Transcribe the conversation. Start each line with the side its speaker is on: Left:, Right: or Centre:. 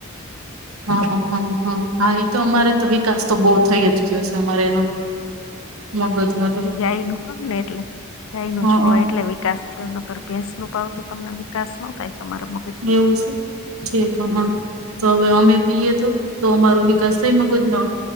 Right: હા હ હ હા એતો અમારે તો વિકાસ તો બહુ થઈ જ ગયો છે અમારે એનો મગજ ન તો
Left: એઈ ગાય નું પણ ને એટલે ગાય નું
Right: હા
Left: જ પવાય એટલે વિકાસ થયો ન ભેંસ નું પાવ તો તમને વિકાસ ન થાય તમારા મ
Right: એવું છે ઠેક અ હ તો હવે અમે પીએ તો તો અમારો વિકાસ થઈ મગજ નો